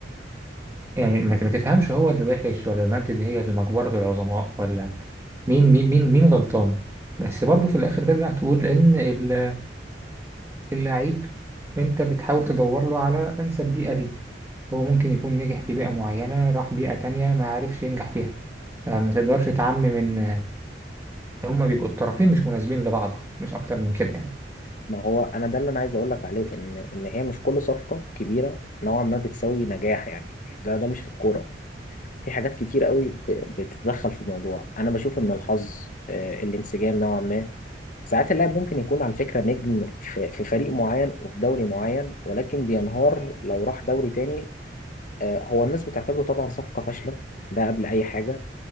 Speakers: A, on the right; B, on the left.
A: يعني ما ما تفهمش هو اللي وحش ولا يونايتد هي اللي مقبرة العظماء ولا مين مين مين مين غلطان بس برضه في الآخر ترجع تقول إن ال- اللعيب أنت بتحاول تدور له على أنسب بيئة ليه هو ممكن يكون نجح في بيئة معينة راح بيئة تانية ما عرفش ينجح فيها فما تقدرش تعمم إن هما بيبقوا الطرفين مش مناسبين لبعض مش أكتر من كده يعني
B: ما هو انا ده اللي انا عايز اقول لك عليه ان ان هي مش كل صفقه كبيره نوعا ما بتساوي نجاح يعني ده ده مش في الكوره في حاجات كتير قوي ب- بتتدخل في الموضوع انا بشوف ان الحظ آه، الانسجام نوعا ما ساعات اللاعب ممكن يكون على فكرة نجم في في فريق معين وفي دوري معين ولكن بينهار لو راح دوري تاني آه، هو الناس بتعتبره طبعا صفقة فاشلة ده قبل أي حاجة